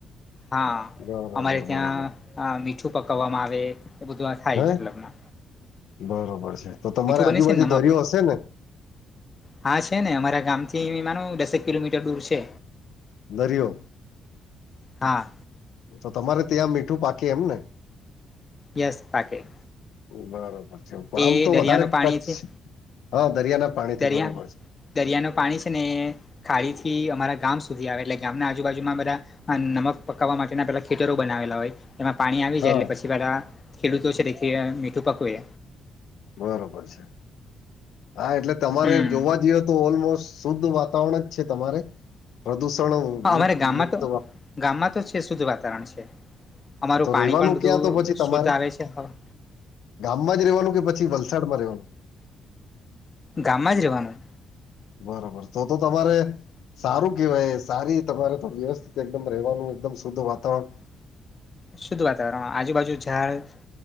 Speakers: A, on the left; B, on the left.
A: હા
B: બરોબર
A: અમારે ત્યાં
B: બરોબર
A: મીઠું પકવવામાં આવે એ બધું થાય
B: હે
A: મતલબ
B: બરોબર છે તો તમારી આજુબાજુ
A: બને છે ને નમક
B: દરિયો હશે ને
A: હા છે ને, અમારા ગામ થી માનું દસેક કિલોમીટર દૂર છે.
B: દરિયો
A: હા.
B: તો તમારે ત્યાં મીઠું પાકે એમ ને
A: યસ પાકે.
B: બરોબર છે આમ
A: એ
B: તો
A: દરિયાનું
B: વધારે
A: પાણીથી
B: કચ્છ હા દરિયાના પાણી થી
A: દરિયા
B: બરોબર છે
A: દરિયાનું પાણી છે ને એ ખાડીથી અમારા ગામ સુધી આવે એટલે ગામના આજુબાજુમાં બધા અને નમક પકાવવા માટેના પેલા ખેતરો બનાવેલા હોય એમાં પાણી આવી
B: હા
A: જાય એટલે પછી બધા ખેડૂતો છે મીઠું પકવે
B: બરોબર છે, હા એટલે તમારે
A: હમ
B: જોવા જઈએ તો ઓલમોસ્ટ શુદ્ધ વાતાવરણ જ છે તમારે પ્રદુષણમુક્ત
A: હા અમારે ગામમાં તો ગામમાં તો છે શુદ્ધ વાતાવરણ છે. અમારું
B: તો
A: પાણી
B: રેવાનું
A: પણ બધું
B: ક્યાં તો પછી તમારે
A: શુદ્ધ આવે છે પણ
B: ગામમાં જ રહેવાનું કે પછી વલસાડમાં રહેવાનું?
A: ગામમાં જ રહેવાનું.
B: બરોબર તો તો તમારે સારું કેવાય સારી તમારે તો વ્યવસ્થિત એકદમ રહેવાનું એકદમ શુદ્ધ વાતાવરણ
A: શુદ્ધ વાતાવરણ આજુબાજુ ઝાડ